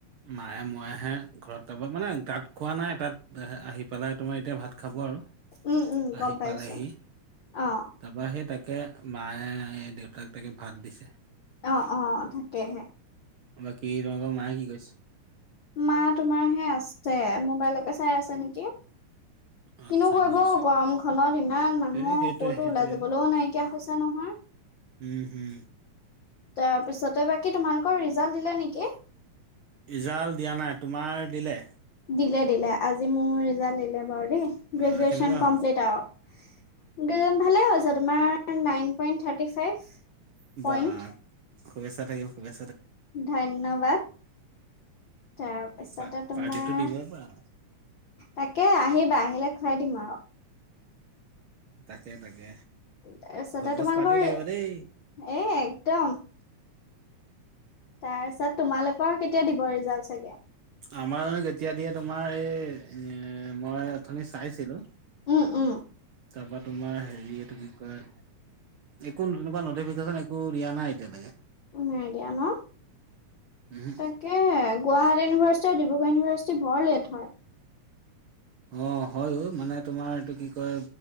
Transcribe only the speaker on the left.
উম উম
গম পাইছো
অ
অ অ তাকেহে
মা তোমাৰ হেই আছে। মোবাইলকে চাই আছে নেকি?
কিনো কৰিব
গৰম খনত ইমান মানুহ
কৌতো
ওলাই যাবলৈও নাইকিয়া হৈছে নহয়।
তাৰপিছতে বাকী তোমালোকৰ ৰিজাল্ট দিলে নেকি?
দিলে-দিলে, আজি মোৰ ৰিজাল্ট দিলে বাৰু দেই,
গ্ৰেজুৱেশ্যন
কমপ্লিট
আৰু। গে ভালেই হৈছে তোমাৰ নাইন পইন্ট থাৰ্টি ফাইভ। পইণ্ট
ধন্যবাদ। তাৰপিছতে
তোমাৰ,
তাকে আহিবা আহিলে খুৱাই দিম আৰু।
তাৰপিছতে
তোমালোকৰ,
এ একদম। তাৰপিছত তোমালোকৰ কেতিয়া দিব ৰিজাল্ট চাগে?
উম, উ <inaudible>
নাই দিয়া ন
তাকে, গুৱাহাটী ইউনিভাৰ্চিটি আৰু ডিব্ৰুগড় ইউনিভাৰ্চিটি বৰ লেট হয়।